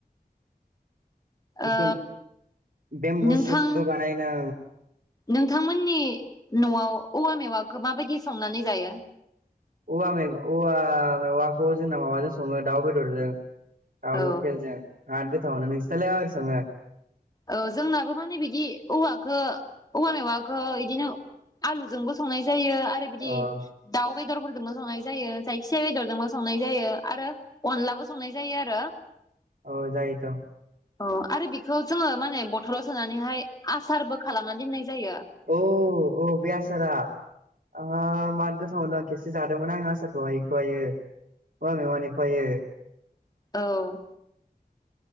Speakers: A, on the left; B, on the right.
A: ओ
B: बेथुन बेम्बुसुदबो
A: नोंथां
B: बानायनो।
A: नोंथांमोननि न'आव औवा मेवाखौ माबायदि संनानै जायो?
B: औवा मेग-औवा मेवाखौ जोंना माबाजों सङो दाउ बेदरजों। थाव
A: औ
B: लकेलजों आर गोथाव मोनो नोंसिनालाय माबादि सङो?
A: औ जोंनाबो माने बिदि औवाखो औवा मेवाखो बिदिनो आलुजोंबो संनाय जायो आरो बिदि
B: अ
A: दाउ बेदरफोरजोंबो संनाय जायो जायखियााया बेदरजोंबो संनाय जायो आरो अनदलाबो संनाय जायो आरो।
B: अ जायोथ'।
A: औ आरो बेखौ जोङो माने बथलाव सोनानैहाय आसारबो खालामनानै दोननाय जायो
B: औ-औ बे आसारा? ओ मार गोथावावनो खेसो जादोंमोन आं आसारखौ हायखौहायो अवा मेवानिखाहायो।
A: औ